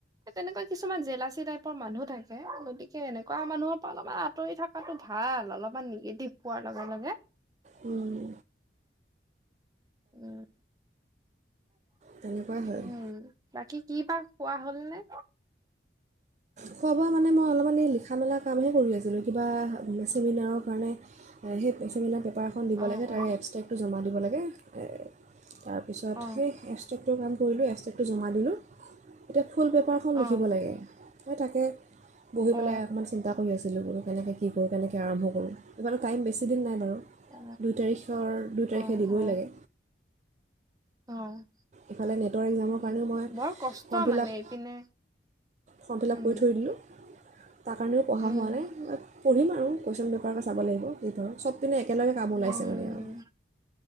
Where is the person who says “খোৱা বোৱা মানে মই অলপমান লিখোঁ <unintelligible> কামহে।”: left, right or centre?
Right